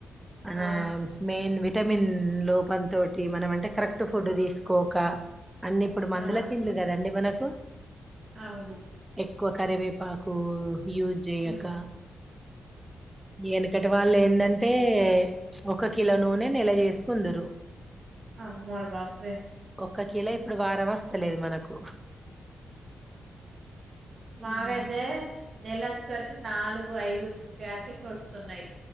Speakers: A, on the right; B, on the right.
A: అ
B: అవును
A: మెయిన్ వి విటమిన్ లోపంతోటి మనం అంటే కరెక్ట్ ఫుడ్ తీసుకోక అన్నిప్పుడు మందుల
B: ఆ
A: తిండ్లు కదండి మనకు
B: అవును
A: ఎక్కువ కరివేపాకు యూజ్ జేయక
B: ఉమ్
A: ఎనుకటి వాళ్ళు ఏందంటే ఒక కిలో నూనె నెల చేేసుకుందురు
B: అమ్మోర బాప్రే
A: ఒక్క కిలో ఇప్పుడు వారమస్తలేదు మనకు హ్మ్
B: మా గదే నెల వొచ్చేసరికి నాలుగు ఐదు ప్యాకెట్స్ వడుస్తున్నాయి